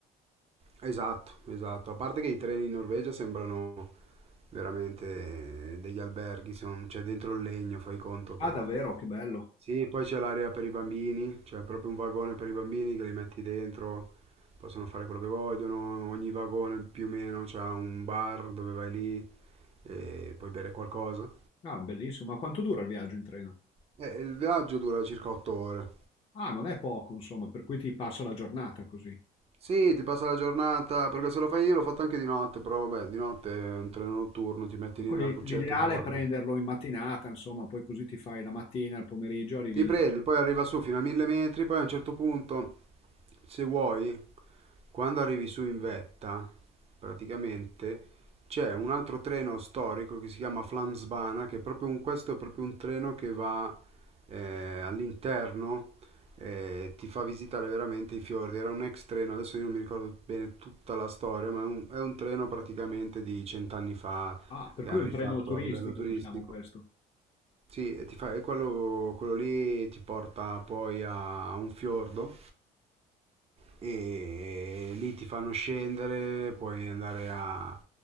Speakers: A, on the right; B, on the left.
A: Esatto, esatto. A parte che i treni in Norvegia sembrano veramente degli alberghi, son- c'è dentro il legno, fai conto che...
B: Ah, davvero, che bello.
A: Sì, poi c'è l'area per i bambini, c'è proprio un vagone per i bambini che li metti dentro, possono fare quello che vogliono, ogni vagone più o meno c'ha un bar dove vai lì e puoi bere qualcosa.
B: Ah, bellissimo. Ma quanto dura il viaggio in treno?
A: E il viaggio dura circa 8 ore.
B: Ah, non è poco, insomma, per cui ti passa la giornata così.
A: Sì, ti passa la giornata, perché se lo fai io l'ho fatto anche di notte, però vabbè, di notte è un treno notturno, ti metti
B: Per
A: lì
B: cui
A: nella cuccetta
B: L'ideale
A: e dormi.
B: è prenderlo in mattinata, insomma, poi così ti fai la mattina, il pomeriggio, arrivi
A: Ti
B: lì.
A: prendi, poi arriva su fino a 1000 metri, poi a un certo punto, se vuoi, quando arrivi su in vetta, praticamente c'è un altro treno storico che si chiama Flamsbana, che è proprio un, questo è proprio un treno che va eh, all'interno e ti fa visitare veramente i fiordi. Era un ex treno, adesso io non mi ricordo bene tutta la storia, ma è un, è un treno praticamente di cent'anni fa
B: Ah, per
A: che
B: cui
A: hanno
B: è un
A: rifatto
B: treno turistico,
A: a livello turistico.
B: diciamo questo.
A: Sì, e ti fa- e quello, quello lì ti porta poi a un fiordo e lì ti fanno scendere, puoi andare a,